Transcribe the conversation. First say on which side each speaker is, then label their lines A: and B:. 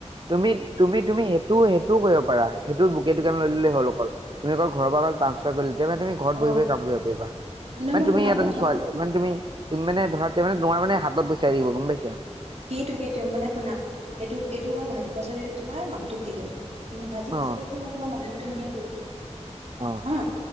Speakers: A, on the right; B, on the right.
A: তুমি তুমি তুমি সেইটোও ত কৰিব পাৰ সেইটো বুে দোকান লৈলে হ'ল অকল তুমি অকল ঘৰৰ পৰা ট্ৰ্ঞ্চফাৰ কৰি তেতিয়া মানে তুমি ঘৰত
B: অ
A: বহি বহি কাম কৰিব পাৰিবা,
B: নহয়
A: মানে
B: নহয় শুনা
A: তুমি এজন
B: প্ৰথম
A: ছোৱালী মানে তুমি তুম মানে ধৰা তেতিয়া মানে নোৱাৰ মানে হাতত বচাই আহিব গম পাইছা?
B: সেইটো সেইটো মানে শুনা, এইটো এইটো বাৰু ভাজি পাছত এইটো তোমাৰ মানুহটোক দি দিম। ভাজি
A: অ
B: পাচলিটো মই তোমাৰ মানুহটোক দি দিওঁ।
A: অ
B: হা,